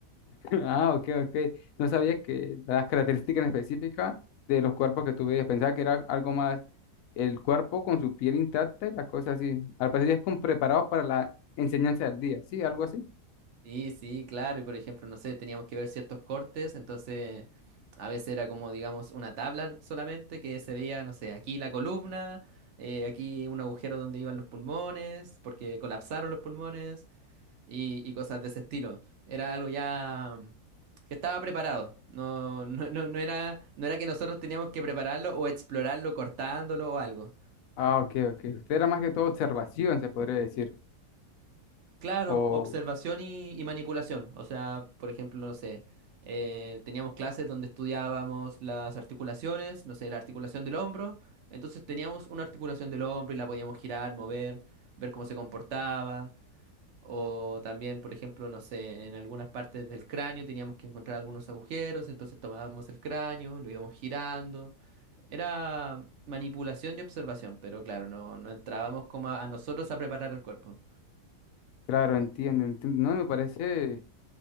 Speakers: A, on the left; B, on the right.
A: Ah, ok, ok. No sabía que las características específicas de los cuerpos que tú veías. Pensaba que era algo más el cuerpo con su piel intacta y las cosas así. Al parecer ya es con preparados para la enseñanza del día, ¿sí? Algo así.
B: Sí, sí, claro. Y por ejemplo, no sé, teníamos que ver ciertos cortes, entonces a veces era como, digamos, una tabla solamente que se veía, no sé, aquí la columna, eh, aquí un agujero donde iban los pulmones, porque colapsaron los pulmones y, y cosas de ese estilo. Era algo ya mm, que estaba preparado. No, no, no, no era, no era que nosotros teníamos que prepararlo o explorarlo cortándolo o algo.
A: Ah, ok, ok. Usted era más que todo observación, se podría decir.
B: Claro,
A: O,
B: observación y, y manipulación. O sea, por ejemplo, no sé, eh, teníamos clases donde estudiábamos las articulaciones, no sé, la articulación del hombro. Entonces teníamos una articulación del hombro y la podíamos girar, mover, ver cómo se comportaba. O también, por ejemplo, no sé, en algunas partes del cráneo teníamos que encontrar algunos agujeros, entonces tomábamos el cráneo, lo íbamos girando. Era manipulación y observación, pero claro, no, no entrábamos como a a nosotros a preparar el cuerpo.
A: claro, entiendo, entiendo. No, me parece